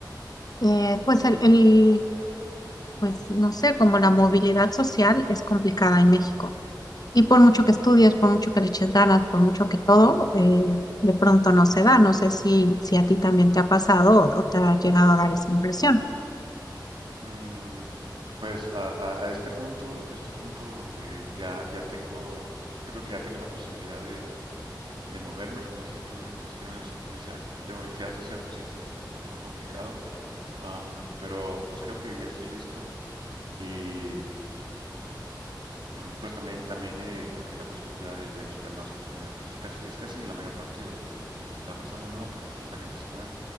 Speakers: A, on the left; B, on the right.
A: eh, pues el, el pues no sé, como la movilidad social es complicada en México. Y por mucho que estudies, por mucho que le eches ganas, por mucho que todo, eh, de pronto no se da. No sé si, si a ti también te ha pasado o o te ha llegado a dar esa impresión.
B: Mm, Pues a, a- a este punto, este punto eh, ya, ya tengo, yo creo que ya tengo la posibilidad de, de moverme, como dices tú, en esos términos de movilidad, de movilidad social, pues sí es, es un poco complicado, Am, pero pues creo que ya estoy listo y mm, pues también, también eh, creo que la perspectiva de, de buscar nuevas oportunidades, pues es casi, es casi la mayor parte de, de las razones, ¿no? por las cuales la gente se mueve,